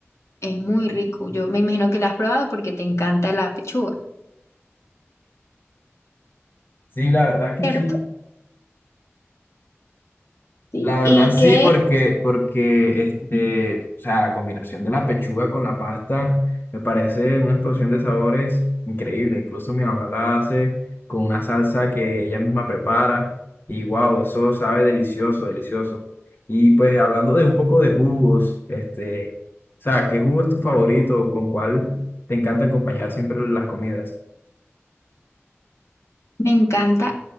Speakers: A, on the left; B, on the left.
A: es muy rico. Yo me imagino que la has probado porque te encanta la pechuga,
B: Sí, la verdad que
A: ¿cierto?
B: sí.
A: Sí.
B: La verdad
A: ¿Y
B: sí,
A: qué?
B: porque, porque este, o sea, la combinación de la pechuga con la pasta me parece una explosión de sabores increíble. Incluso mi mamá la hace con una salsa que ella misma prepara y wow, eso sabe delicioso, delicioso. Y pues hablando de un poco de jugos, este, o sea, ¿qué jugo es tu favorito? ¿Con cuál te encanta acompañar siempre las comidas?
A: Me encanta